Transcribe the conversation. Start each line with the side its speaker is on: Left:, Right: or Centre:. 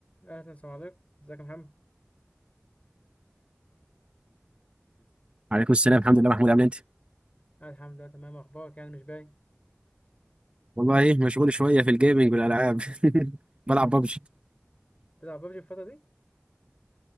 Left: اهلا السلام عليكم ازيك يا محمد
Right: عليكم السلام الحمد لله محمود عامل انت
Left: أنا الحمد لله تمام اخبارك يعني مش باين
Right: والله ايه مشغول شويه في الجيمنج والالعاب <laughs> بلعب ببجي
Left: تلعب ببجي الفتره دي